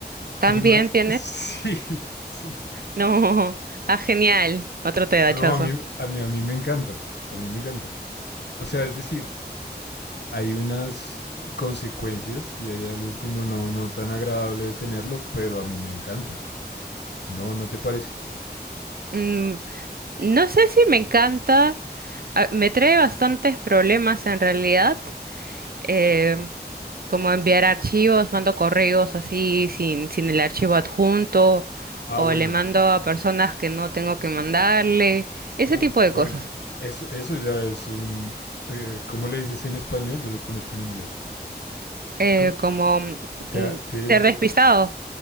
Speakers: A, on the right (about 60°); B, on the left (about 80°).
A: ¿También
B: Team, a-
A: tienes?
B: <laughs> sí, sí.
A: No. <laughs> Ah, genial. Otro TDAHoso.
B: No, a mí, a mí, a mí me encanta, a mí me encanta. O sea, es decir, hay unas consecuencias y hay algo como no, no tan agradable de tenerlo, pero a mí me encanta. ¿No, no te parece?
A: Mm, no sé si me encanta. ah, Me trae bastantes problemas en realidad. eh, como enviar archivos, mando correos así sin, sin el archivo adjunto,
B: Ah,
A: o
B: bueno.
A: le mando a personas que no tengo que mandarle, ese
B: Uf,
A: tipo de
B: bueno.
A: cosas.
B: Eso, eso ya es un... eh, ¿cómo le dices en español? Yo lo conozco en inglés.
A: Eh,
B: ¿Cómo?
A: como mm,
B: Te, te-
A: ser despistado,